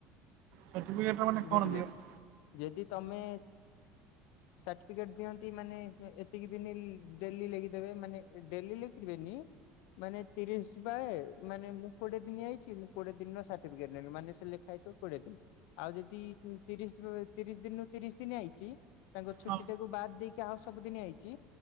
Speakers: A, on the right; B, on the left.
A: ସାର୍ଟିଫିକେଟ ମାନେ କଣ
B: ବୁଝିଲେ
A: ଦିଅନ୍ତି?
B: କି ଯଦି ତମେ ସର୍ଟିଫିକେଟ ଦିଅନ୍ତି ମାନେ ଏତିକି ଦିନ ଡେଲି ଲେିଦବେ ମାନେ ଡେଲି ଲିିବେନି ମାନେ ତିରିଶ ବା ମାନେ ମୁଁ କୋଡିେ ଦିନ ଯାଇଛି ମୁଁ କୋଡିେ ଦିନର ସାର୍ଟିଫିକେଟ ନେି ମାନେ ସେ ଲେଖା ହେଛି କୋଡିଏ ଦିନ ଆଉ ଯଦି ତିରିଶ ତିରିଶ ଦିନରୁ ତିରିଶ ଦିନ ଆଇଛି ତାଙ୍କ ଛୁଟି
A: ହଁ
B: ଟା ୁ ବାଦ ଦେଇକି ଆଉ ସବୁଦିନ ହେଇଛି